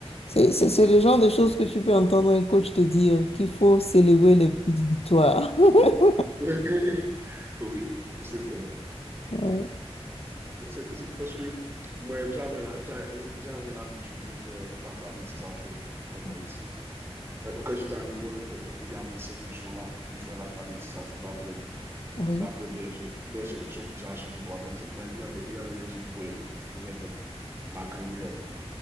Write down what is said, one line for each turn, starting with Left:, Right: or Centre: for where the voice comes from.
Left: C'est, c'est, c'est le genre de choses que tu peux entendre un coach te dire qu'il faut célébrer les petites victoires. <laughs>
Right: <laughs> Oui, c'est vrai.
Left: Ouais.
Right: C'est- c'est- Parce que moi, j'avais la- j'a- j'avais l'habitude de faire l'alphabétisation en
Left: Mhm.
Right: Haïti. Ouais, Quand j'étais à l'école, on- on- il y avait cette option-là de faire l'alphabétisation d'après
Left: Oui.
Right: d'après des, gens- des gens qui sont plus âgés que toi, par exemple. Moi, il y avait, il y avait des gens qui pouvaient, qui pouvaient être ma grand-mère